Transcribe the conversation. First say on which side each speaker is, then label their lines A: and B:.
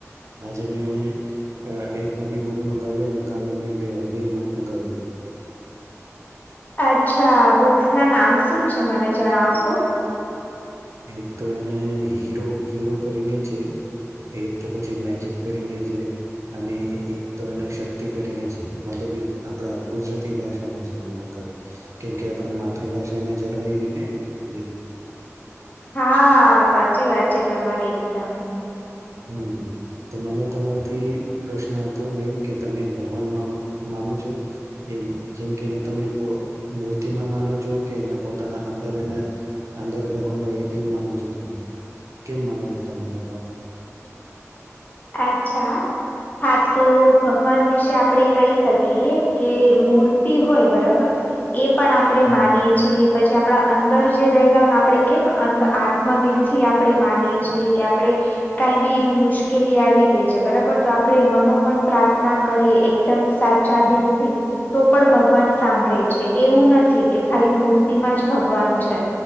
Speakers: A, on the right; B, on the left.
A: આજે મેં એને અહ એક <unintelligible> બુક મંગાવ્યે ને કાલે મેં બે-બે બુક મંગાવી તી.
B: અચ્છા. બુક્સ ના નામ શું છે મને જણાવશો?
A: એક તો એને હીરો-હીરો કરીને છે, એક તો પછી મેજિક કરીને છે, અને એક તો એને શક્તિ કરીને છે. મતલબ એક આપણા ગુજરાતી ભાષામાં છે મે મંગાવી, કેમ કે આપણે માતૃભાષા ને જળવાઈ રહે ને જે
B: હા સાચ ચી વાત છે તમારી એકદમ.
A: હમ્મ. તો મને તમારાથી પ્રશ્ન હતો મેન કે તમે ભગવાનમાં મા માનો છો? એ જેમ કે એને તમે પ મૂર્તિમાં માનો છો કે એના પોતાના અંદર એના અંદર ભગવાન હોય એમ માનો છો? કેમ માનો છે? તને ભગવાનને
B: અચ્છા. હા તો ભગવાન વિશે આપડે કહી શકીએ કે મૂર્તિ હોય બરાબર એ પણ આપડે
A: હમ
B: માનીએ છીએ પછી આપણા અંદર જે રહેલા હોઈ ને આપણે કેમ અં આત્મ દિલ થી આપણે માનીએ છીએ કે આપણે કાઈ બી એક મુશ લી આવી ગઈ છે, બરાબર તો આપણે મનોમન પ્રાર્થના કરીએ એકદમ સાચા દિલથી તો પણ ભગવાન સાંભળે છે, એવું નથી કે ખાલી મૂર્તિમાં જ ભગવાન છે.